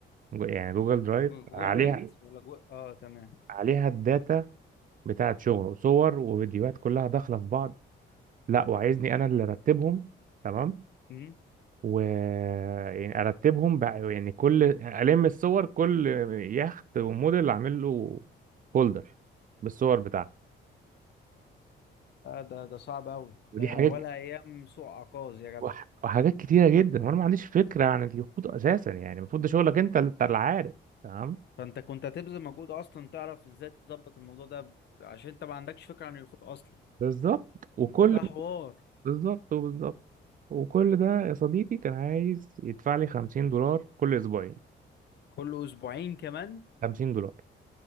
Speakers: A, on the right (about 45°); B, on the left (about 60°).
A: جو- يعني جوجل درايف
B: جو- جوه
A: عليها
B: الميت ولا جوه اه تمام
A: عليها الداتا بتاعت شغله صور وفيديوهات كلها داخله في بعض لا وعايزني انا اللي ارتبهم تمام
B: مم.
A: و يعني ارتبهم بقى يعني كل الم الصور كل يخت وموديل اعمل له فولدر بالصور بتاعته
B: آه ده ده صعب قوي
A: ودي
B: ده
A: حاجه
B: ولا ايام سوق عكاظ يا
A: وح...
B: جدع
A: وحاجات كتيرة جدا وانا ما عنديش فكرة عن اليخوت اساسا يعني المفروض ده شغلك انت اللي- انت اللي عارف تمام
B: فانت كنت هتبذل مجهود اصلا تعرف ازاي تظبط الموضوع ده ب- عشان انت ما عندكش فكرة عن الخط اصلا
A: بالظبط وكل
B: فده حوار
A: بالظبط وبالظبط وكل ده يا صديقي كان عايز يدفع لي 50 دولار كل اسبوعين
B: كل اسبوعين كمان
A: 50 دولار